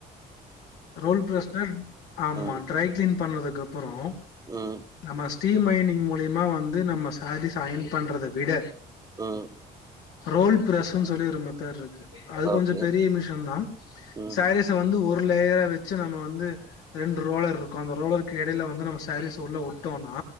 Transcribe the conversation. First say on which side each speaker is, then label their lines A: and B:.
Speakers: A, on the left; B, on the right.
A: ரோல் பிரஷ ஆமா
B: ம்
A: ட்ரை கிளீன் பண்ணறதுக்கு அப்பரோ
B: ம்
A: நம்ம ஸ்டீல் மைனிங் மூலியமா வந்து நம்ம சாரீஸ் அய்யன் பண்றத விட
B: ம்
A: ரோல் பிரஸ்ன்னு சொல்லி ஒரு மெத்தட் இருக்கு அது
B: ஓகே
A: கொஞ்ச பெரிய மிஷன் தா
B: ம்
A: சாரீஸ வந்து ஒரு லேயரா வச்சு நம்ம வந்து ரெண்டு ரோலர் இருக்கு அந்த ரோலருக்கு இடயில வந்து நம்ம சாரீஸ் உள்ள விட்டோம்னா